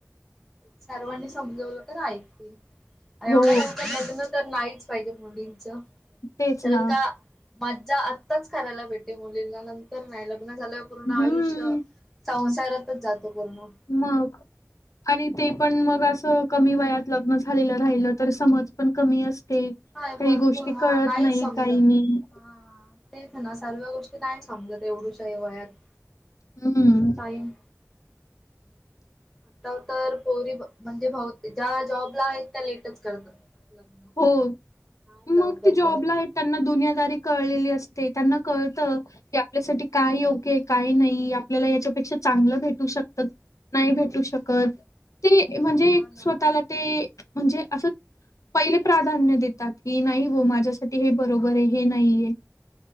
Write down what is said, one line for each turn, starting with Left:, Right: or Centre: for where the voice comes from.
Centre: सर्वांनी समजवलं तर ऐकतील एवढ्या
Left: हो,
Centre: नव लग्न तर नाहीच पाहिजे मुलींच
Left: तेच
Centre: तरण
Left: ना.
Centre: का मा ज्या आत्ताच करायला भेटे मुलींना नंतर नाही लग्न झाल्या पूर्ण आयुष्य
Left: हं,
Centre: सं शहरातच जातो पूर्ण.
Left: मग आणि ते पण मग अस कमी वयात लग्न झालेलं राहिलं तर समज पण कमी असत ते
Centre: नाही
Left: काही
Centre: भरपूर
Left: गोष्टी
Centre: हा
Left: कळत
Centre: काहीच
Left: नाही
Centre: समजत
Left: काही नाही
Centre: हा तेच ना सर्व गोष्टी काय समजत एवढुच आहे वयात
Left: हम्म
Centre: थोडा टाईम आता तर पोरी म्हणजे ज्या जॉबला आहेत त्या लेटच करतात लग्न
Left: हो
Centre: नाही
Left: मग
Centre: लवकर
Left: ते जॉबला
Centre: करत.
Left: आहेत त्यांना दुनिदारी कळेल त्यांना कळतं आपल्यासाठी काय योग्य काय नाही आपल्याला याच्यापेक्षा चांगलं भेटू शकत नाही भेटू शकत ते म्हणजे
Centre: हा ना.
Left: स्वतःला ते म्हणजे असं पहिले प्राधान्य देतात की नाही हो माझ्यासाठी हे बरोबर आहे हे नाहीये